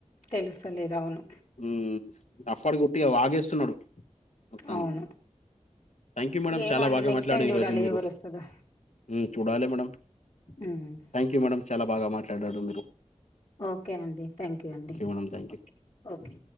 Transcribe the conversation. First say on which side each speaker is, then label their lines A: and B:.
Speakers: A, on the left (about 55°); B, on the left (about 70°).
A: తెలుస్తలేదు. అవును.
B: ఉమ్ ఆప్పటికుట్టిగా వాగేస్తున్నాడు వస్తాను
A: అవును
B: థ్యాంక్ యూ మేడం
A: ఏమో
B: చాలా
A: అండి
B: బాగా
A: నెక్స్ట్
B: మాట్లాడారు
A: టైం
B: ఈరోజు
A: చూడాలి
B: మీరు
A: ఎవరు వస్తదో
B: ఉమ్ చూడాలి madam
A: um
B: thank you madam చాలా బాగా మాట్లాడరు మీరూ
A: ఓకే అండి థ్యాంక్ యూ అండి
B: madam thank you
A: okay okay